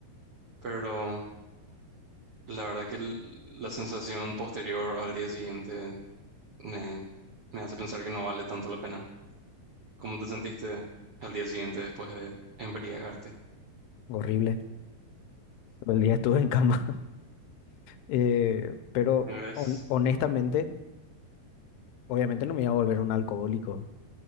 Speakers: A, on the right; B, on the left.
A: Pero la verdad que l- la sensación posterior al día siguiente me, me hace pensar que no vale tanto la pena. ¿Cómo te sentiste al día siguiente después de embriagarte?
B: Horrible. Todo el día estuve en <laughs> cama. Eh, pero
A: ¿Ves?
B: hon- honestamente, obviamente no me iba a volver un alcohólico,